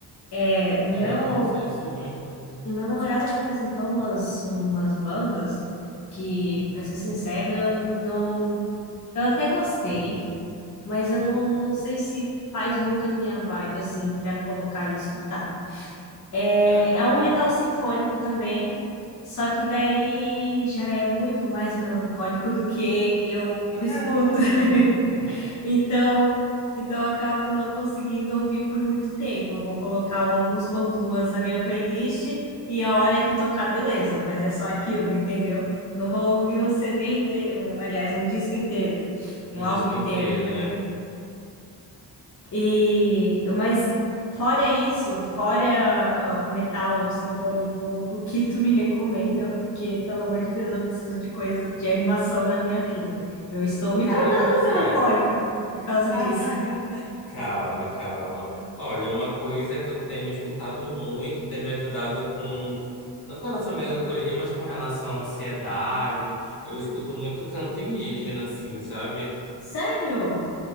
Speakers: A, on the left (about 45°); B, on the left (about 65°).
A: É, o
B: É,
A: meu,
B: nossa, isso é muito.
A: o meu namorado me apresentou umas, umas bandas que, pra ser sincera, eu não, eu até gostei, mas eu não, não sei se faz muito a minha vibe, assim, pra colocar e escutar. É,
B: Aham.
A: é um metal sinfônico também, Só que daí já é muito mais melancólico do que eu
B: <laughs>
A: escuto. <laughs> Então, então eu acabo não conseguindo ouvir por muito tempo. Eu vou colocar uma música ou duas na minha playlist e a hora que tocar, beleza, mas é só aquilo, entendeu? Não vou ouvir um CD inteiro, um- aliás, um disco inteiro,
B: Um
A: um
B: disco
A: álbum inteiro.
B: inteiro, né?
A: E, mas fora isso, fora ah, o metal sinfônico, <laughs> o que tu me recomenda? Porque, pelo amor de Deus, eu preciso de coisa de animação na minha vida. Eu estou me
B: Cara,
A: tornando
B: pois
A: melancólica
B: é.
A: por causa
B: <laughs>
A: disso.
B: Calma, calma. Olha, uma coisa que eu tenho escutado muito, tem me ajudado com. Não com relação à melancolia, mas com relação à ansiedade. Eu escuto muito canto indígena, assim, sabe?
A: Sério?